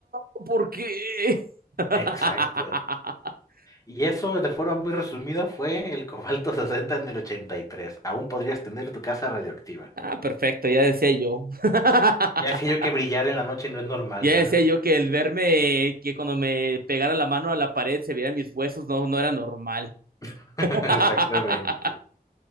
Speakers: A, on the right; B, on the left.
A: oh, ¿por qué? <laughs>
B: exacto. Y eso de forma muy resumida fue el cobalto <laughs> 60 en el 83. Aún podrías tener tu casa radioactiva.
A: Ah, perfecto, ya decía yo. <laughs>
B: Ya sé yo que brillar en la noche no es normal,
A: Ya
B: ¿verdad?
A: decía yo que el verme, que cuando me pegara la mano a la pared se vieran mis huesos, no, no era normal.
B: <laughs>
A: <laughs>
B: Exactamente.